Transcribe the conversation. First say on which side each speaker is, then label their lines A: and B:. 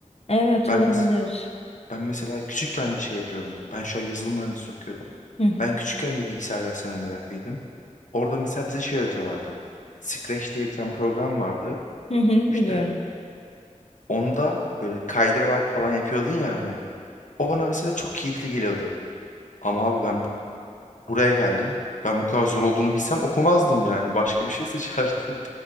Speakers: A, on the left (about 50°); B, on the left (about 70°).
A: Evet
B: Ben
A: olabilir.
B: mes ben mesela küçükken de şey yapıyordum. Ben şu an yazılım mühendisi okuyorum.
A: Hı hı.
B: Ben küçükken de bilgisayar derslerine meraklıydım. Orada mesela bize şey öğretiyorlardı. Scratch diye bir tane program vardı.
A: Hı hı,
B: İşte
A: biliyorum.
B: onda böyle kaydırarak falan yapıyordun ya hani. O bana mesela çok keyifli geliyordu. Ama abi ben Buraya geldim. Ben bu kadar zor olduğunu bilsem okumazdım yani. Başka bir şey seçerdim.